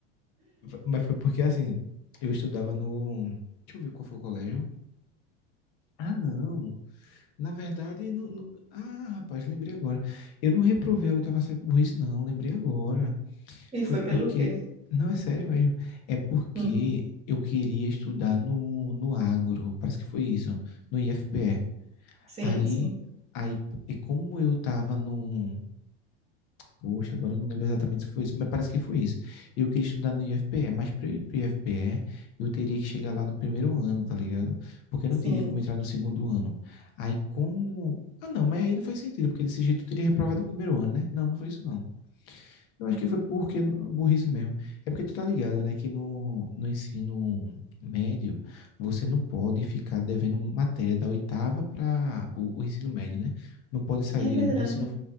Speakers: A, on the left; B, on the right.
A: Mas foi porque assim, eu estudava no. Deixa eu ver qual foi o colégio. Ah, não. Na verdade, no, no- ah, rapaz, lembrei agora. Eu não reprovei a oitava série por isso, não. Lembrei agora.
B: E
A: Foi
B: foi
A: porque.
B: pelo quê?
A: Não, é sério mesmo. É porque
B: Hum,
A: eu queria estudar no, no agro. Parece que foi isso. No IFPE.
B: Sim,
A: Aí,
B: sim,
A: aí, e como eu tava no, Poxa, agora eu não lembro exatamente se foi isso, mas parece que foi isso. Eu queria estudar no IFPE, mas para ir para o IFPE, eu teria que chegar lá no primeiro ano, tá ligado? Porque eu
B: sim.
A: não teria como entrar no segundo ano. Aí como. Ah, não, mas aí não faz sentido, porque desse jeito eu teria reprovado o primeiro ano, né? Não, não foi isso, não. Eu acho que foi porque burrice mesmo. É porque tu tá ligado, né, que no, no ensino médio você não pode ficar devendo matéria da oitava para o, o ensino médio, né? Não pode sair,
B: É
A: digamos,
B: verdade.
A: do ensino.